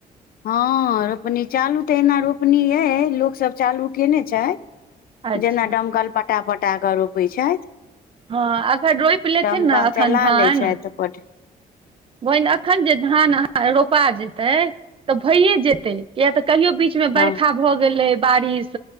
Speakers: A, on the left (about 70°); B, on the right (about 35°).
A: हँ रोपनी चालू त एना रोपनी अइ लोक सँ चालू कयने छै
B: अच्छा
A: जेना डमकल पटा पटा क रोपे छैथि
B: हँ अखन रोपि लेथिन
A: दमकल
B: ने अखन
A: चला
B: धान
A: लै छै तपट
B: बहिन अखन जे धान रोपा जेते त भये जेते किया त कहियो बीच में
A: हँ
B: बरखा भ गेलै बारिश